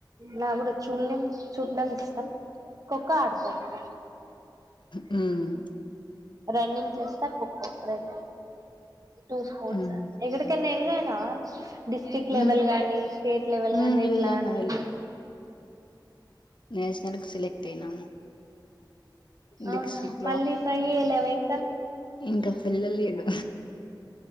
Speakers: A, on the right; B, on the left.
A: నాక్ కూడా చూనిం చూడం ఇష్టం. ఖోఖో ఆడతర్రా
B: హ్మ్మ్
A: రన్నింగ్ చూస్తా ఖోఖో రెండు టూ స్పోర్ట్స్
B: ఉమ్
A: ఎక్కడికైనా ఎళ్ళా త డిస్టిక్ లెవెల్
B: ఉమ్
A: గాని స్టేట్ లెవెల్
B: ఉమ్
A: గాని
B: వెళ్ళాను
A: ఇట్లా అడ్నీకి
B: నేషనల్కి సెలెక్ట్ అయినాము.
A: అవునా
B: డిస్టిక్
A: మళ్ళీ ఫైయే లేవా ఇంకా
B: ఇంక వెళ్ళలేను